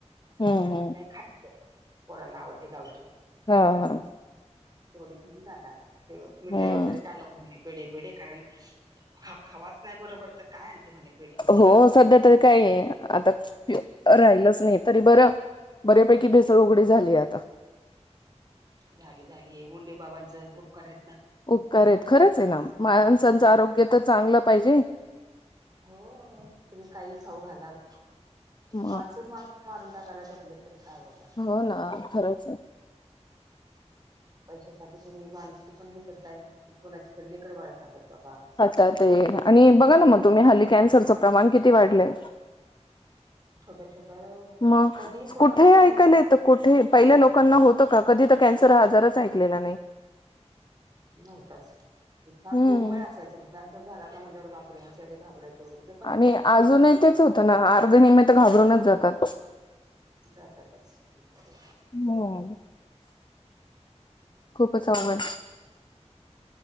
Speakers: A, on the right; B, on the left.
A: आणि
B: हम्म
A: अजून
B: हम्म
A: काही खायचं पोरना आवडती गावची
B: हा हा
A: तेवढी घेऊन जाणार ते मिठाई
B: हम्म
A: वगैरे काय नको पिढ पिढ कारण खावाच नाही बरोबर तर काय आण ते म्हणे पेढे ते
B: हो सध्या तरी काय आहे आता राहिलंच नाही तरी बरं बरेपैकी भेसळ उघडी झाली आता
A: झाली झाली हे मुंडे बाबांच उपकार आहेत ना
B: उपकार आहेत खरंच आहे ना माणसांचं आरोग्य तर चांगलं पाहिजे
A: हो तुम्ही काही खाऊ घालात
B: म
A: माणसच मा मारून टाकायला ठेपलेत तर काय बोलणार
B: हो ना खरंच आहे
A: पैशासाठी तुम्ही माणसकी पण विसरताय की कोणाची तर लेकर बाळ खातात बाबा
B: आता ते आणि बघा ना मग तुम्ही हल्ली कॅन्सरचं
A: हो
B: प्रमाण किती वाढलंय
A: छोट्या छोट्या
B: मग
A: कधी कोणाला
B: कुठे
A: काही
B: ऐकायला
A: होतय
B: येत कुठे पहिल्या लोकांना होतं का कधी तर कॅन्सर हा आजारच ऐकलेला नाही
A: नव्हताच फार
B: हम्म
A: दुर्मळे असायचं मग कॅन्सर झाला का म्हणल्यावर बापरे शेळी घाबरायची वगैरे ते पण
B: आणि अजूनही तेच होतं ना अर्ध निमित तर घाबरूनच जातात
A: जातातच बचारे
B: हो खूपच आवघण